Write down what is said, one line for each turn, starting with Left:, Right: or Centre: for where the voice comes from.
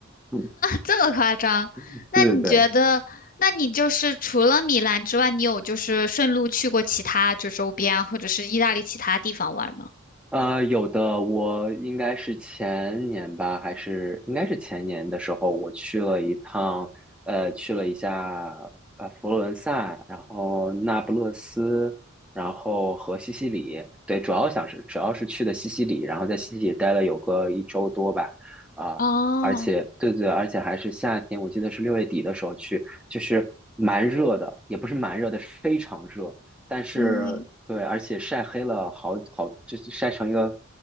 Centre: <laughs>
Left: 这么夸张？
Centre: 对对对。
Left: 那你觉得，那你就是除了米兰之外，你有就是顺路去过其他就周边啊或者是意大利其他地方玩吗？
Centre: 呃，有的，我应该是前年吧，还是应该是前年的时候，我去了一趟，呃，去了一下呃佛罗伦萨，然后那不勒斯，然后和西西里，对，主要想是主要是去的西西里，然后在西西里待了有个一周多吧，啊、
Left: 哦，
Centre: 而且对对，而且还是夏天，我记得是六月底的时候去，就是蛮热的，也不是蛮热的，是非常热。但是对，
Left: 嗯，
Centre: 而且晒黑了好好，就是晒成一个